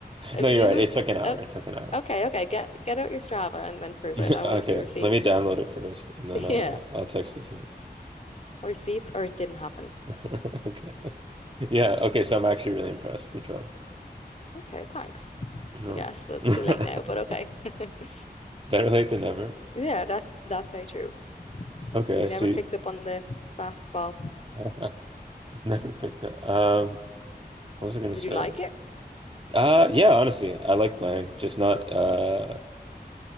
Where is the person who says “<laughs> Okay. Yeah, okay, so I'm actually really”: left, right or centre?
Right